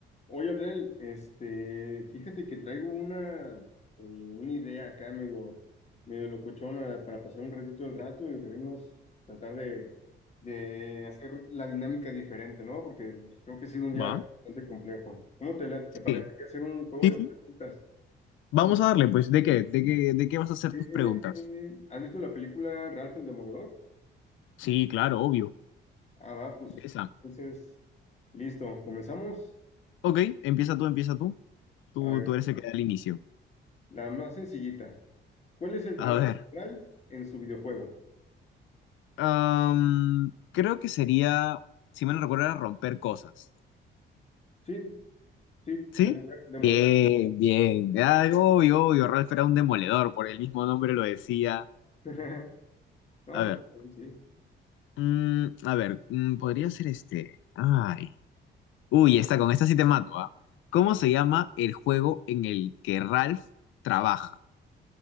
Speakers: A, on the left; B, on the left.
A: Oye, Abdel, este, fíjate que traigo una, eh, una idea acá, medio, medio locochona, para pasar un ratito el rato y reírnos, tratar de, de hacer la dinámica diferente, ¿no? Porque creo que ha sido un día
B: Va,
A: bastante complejo. ¿Cómo te late? ¿Te parece
B: sí,
A: que hacer un juego
B: sí,
A: de
B: sí.
A: preguntas?
B: Vamos a darle, pues, ¿de qué? ¿De qué, de qué vas a hacer
A: Eh,
B: tus preguntas?
A: eh, ¿has visto la película Ralph el Demoledor?
B: Sí, claro, obvio.
A: Ah, va, pues,
B: Esa.
A: entonces, listo, comenzamos.
B: Ok, empieza tú, empieza tú. Tú,
A: A ver,
B: tú eres el que da el inicio.
A: la más sencillita. ¿Cuál es el trabajo
B: A ver.
A: central en su videojuego?
B: am, creo que sería, si me recuerdo, era romper cosas.
A: Sí, sí,
B: ¿Sí?
A: demoler, demoler.
B: Bien, bien. Ah, obvio, obvio. Ralph era un demoledor, por el mismo nombre lo decía.
A: <laughs> No,
B: A
A: pues
B: ver.
A: sí. sí.
B: mm, a ver, mm, podría ser este. Ay. Uy, esta, con esta sí te mato, ¿ah? ¿Cómo
A: A ver,
B: se llama el juego en el que Ralph trabaja?